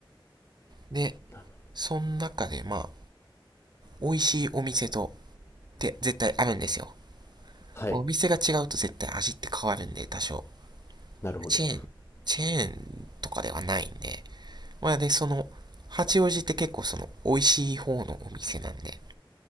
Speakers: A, on the right (about 55°); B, on the left (about 30°).
A: で、
B: な
A: その中でまあ、美味しいお店と、って絶対あるんですよ。
B: はい。
A: まあお店が違うと絶対味って変わるんで、多少。
B: なるほど。
A: チェーン、チェーンとかではないんで。まあで、その、八王子って結構その、美味しい方のお店なんで。